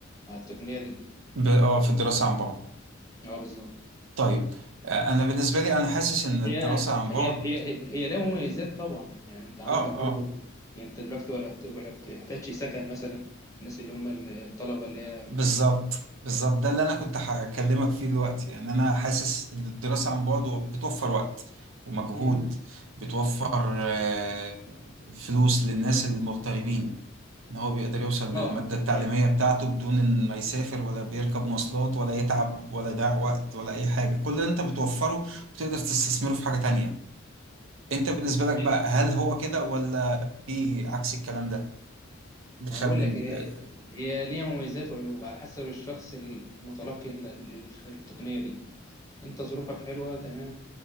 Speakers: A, on the left; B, on the right.
A: مع التقنية دي
B: ب- اه في الدراسة عن بعد
A: أه بالظبط
B: طيب آه، انا بالنسبة لي انا حاسس ان الدراسة
A: هي
B: عن بعد
A: هي هي هي هي لها مميزات طبعا يعني انت عندك
B: اه
A: برضو
B: اه
A: يعني انت دلوقتي ولا بت- ولا بتحتاجش سكن مثلا الناس اللي هم الطلبه اللي هي
B: بالظبط بالظبط ده اللي انا كنت هكلمك فيه دلوقتي يعني انا حاسس ان الدراسه عن بعد بتوفر وقت ومجهود
A: هي
B: بتوفر آه، فلوس للناس المغتربين ان هو بيقدر يوصل
A: اه
B: للماده التعليميه
A: هي
B: بتاعته بدون ان ما يسافر ولا بيركب مواصلات ولا يتعب ولا يضيع وقت ولا اي حاجه كل اللي انت بتوفره بتقدر تستثمره في حاجه تانية انت بالنسبه لك
A: ايوه
B: بقى هل هو كده ولا في عكس الكلام ده بتخلي
A: ما بقول لك
B: ال...
A: هي هي ليها مميزات وعيوب على حسب الشخص المتلقي لل- للتقنيه دي انت ظروفك حلوه تمام